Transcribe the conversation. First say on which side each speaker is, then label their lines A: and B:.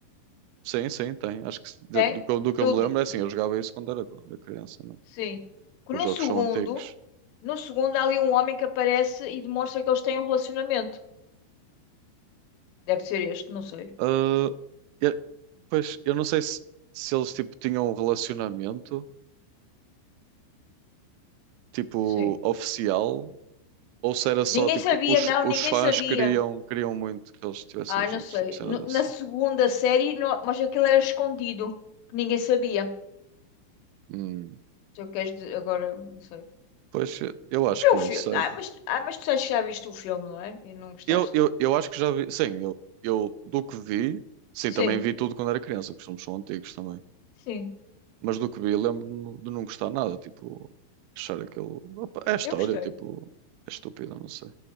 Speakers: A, on the right (about 85°); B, on the left (about 85°).
A: sim, sim, tem. Acho que se- do,
B: tem?
A: do que eu do que
B: No,
A: eu me
B: do-
A: lembro é assim, eu jogava isso quando era co- era criança, não? é?
B: sim. Que
A: Os
B: No
A: jogos
B: segundo,
A: são antigos.
B: no segundo há ali um homem que aparece e demonstra que eles têm um relacionamento. Deve ser este, não sei.
A: Ah, eu- pois, eu não sei se, se eles tipo, tinham um relacionamento tipo
B: Sim.
A: oficial Ou se era só
B: Ninguém
A: tipo,
B: sabia,
A: os,
B: não,
A: os
B: ninguém
A: fãs
B: sabia.
A: queriam, queriam muito que eles estivessem
B: Ah,
A: juntos,
B: não sei.
A: tipo cenas
B: No-
A: assim.
B: na segunda série, não- mas aquilo era escondido, que ninguém sabia.
A: Hum,
B: Se eu queres dizer, agora, não sei.
A: pois eu acho que
B: É
A: não
B: o filme.
A: sei.
B: Ah, mas, ah, mas tu sabes que já viste o filme, não é? E não gostaste.
A: Eu, eu, eu acho que já vi, sim, eu, eu do que vi, sim,
B: Sim.
A: também vi tudo quando era criança, que somos são antigos também.
B: Sim,
A: Mas do que vi, lembro-me de não gostar nada, tipo, achar aquilo. opa, É história,
B: eu gostei.
A: tipo, é estúpido, não sei.